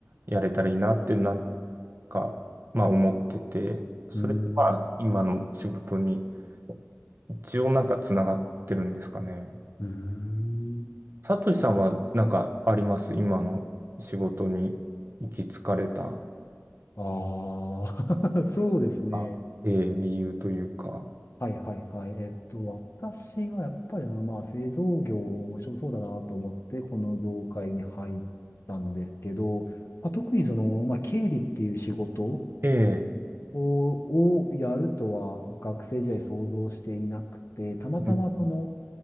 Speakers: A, on the right (about 50°); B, on the left (about 60°).
A: やれたらいいなって、なんか、まあ思ってて、それがまあ今の仕事に
B: うんうん
A: 一応なんかつながってるんですかね。
B: うーん。
A: サトシさんはなんかあります今の仕事に行き着かれた、
B: ああ、<laughs> そうですね。
A: あ、ええ理由というか。
B: はいはいはい。えっと、私はやっぱりその、まあ、製造業面白そうだなと思って、この業界に入ったんですけど、まあ、特にその、まあ、経理っていう仕事
A: ええ
B: を、をやるとは学生時代想像していなくて、たまたまその
A: うん